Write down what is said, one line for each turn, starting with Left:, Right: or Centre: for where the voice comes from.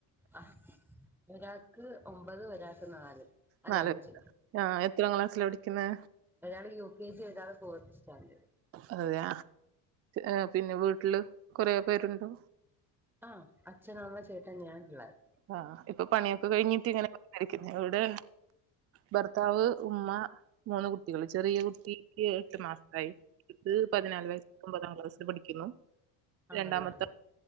Centre: ആഹ് ഒരാക്ക് ഒമ്പത് ഒരാക്ക് നാല് അല്ല
Right: നാല്
Centre: അഞ്ച്
Right: ആഹ് എത്രാം ക്ലാസ്സ്ലാ പഠിക്ക്ന്നെ
Centre: ഒരാള് യൂ കേ ജി ഒരാള് ഫോർത്ത് സ്റ്റാൻഡേഡ്
Right: അതെയ ഏഹ് പിന്നെ വീട്ട്ല് കൊറേ പേരുണ്ടൊ
Centre: ആഹ് അച്ഛൻ അമ്മ ചേട്ടൻ ഞാൻ പിള്ളാര്
Right: ആഹ് ഇപ്പ പണിയൊക്ക കഴിഞ്ഞിട്ട് ഇങ്ങന കുത്തിരിക്ക്ന്നെ ഇവടെ ഭർത്താവ് ഉമ്മ മൂന്ന് കുട്ടികള് ചെറിയ കുട്ടിക്ക് എട്ട് മാസായി ഇത് പതിനാല് വയസ് ഒമ്പതാം ക്ലാസ്സിൽ പഠിക്കുന്നു രണ്ടാമത്തത്
Centre: ആണല്ലേ